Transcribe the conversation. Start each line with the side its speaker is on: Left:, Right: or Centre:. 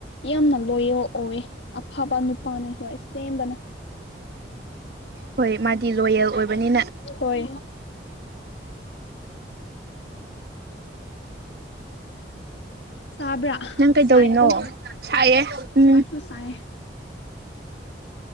Left: ꯌꯥꯝꯅ ꯂꯣꯌꯦꯜ ꯑꯣꯏ ꯑꯐꯕ ꯅꯨꯄꯥꯅ ꯍꯣꯏ ꯁꯦꯝꯕꯅ
Right: ꯍꯣꯏ ꯃꯥꯗꯤ ꯂꯣꯌꯦꯜ ꯑꯣꯏꯕꯅꯤꯅ
Left: ꯍꯣꯏ ꯁꯥꯕ꯭ꯔꯥ
Right: ꯅꯪ ꯀꯩꯗꯧꯔꯤꯅꯣ
Left: ꯁꯥꯏꯀꫭ
Right: ꯁꯥꯏꯌꯦ ꯎꯝ
Left: <unintelligible> ꯇꯥꯏꯌꯦ